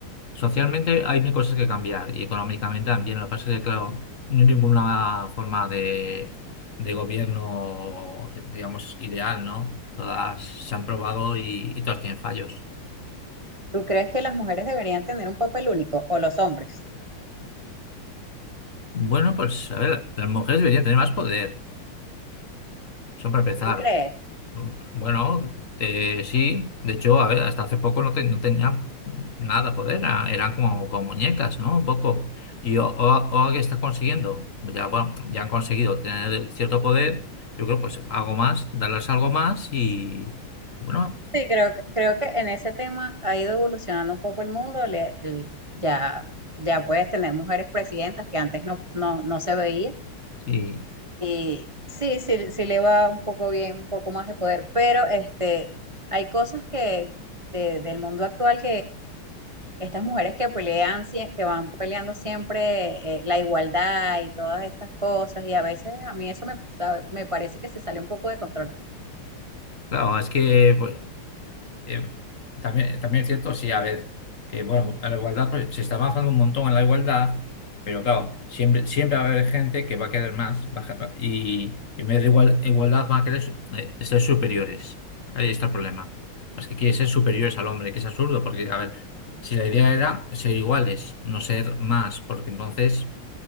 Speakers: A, on the left; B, on the right.
A: socialmente hay mil cosas que cambiar y económicamente también. Lo que pasa es que, claro, no hay ninguna forma de, de gobierno, digamos, ideal, ¿no? Todas se han probado y, y todas tienen fallos.
B: ¿Tú crees que las mujeres deberían tener un papel único o los hombres?
A: Bueno, pues a ver, las mujeres deberían tener más poder. son para empezar.
B: ¿Tú crees?
A: Bueno, eh, sí, de hecho, a ver, hasta hace poco no, te- no tenía nada poder, era- eran como, como muñecas, ¿no? Un poco. Y o- o- ahora que están consiguiendo, ya, bueno, ya han conseguido tener cierto poder, yo creo, pues algo más, darles algo más y, bueno,
B: Sí, creo, que- creo que en ese tema ha ido evolucionando un poco el mundo. le- el- ya, ya puedes tener mujeres presidentas que antes no, no, no se veía.
A: sí,
B: Y sí, sí, sí le va un poco bien, un poco más de poder. Pero este, hay cosas que de- del mundo actual estas mujeres que pelean, sie- que van peleando siempre eh, la igualdad y todas estas cosas, y a veces a mí eso me, a- me parece que se sale un poco de control.
A: claro, es que, pues, Eh, también, también es cierto, sí, a ver, que bueno, a la igualdad pues, se está avanzando un montón en la igualdad, pero claro, siempre, siempre va a haber gente que va a querer más va a- ja-, y en vez de igual, igualdad va a querer su- eh, ser superiores. Ahí está el problema. Las que quiere ser superiores al hombre, que es absurdo, porque a ver, si la idea era ser iguales, no ser más, porque entonces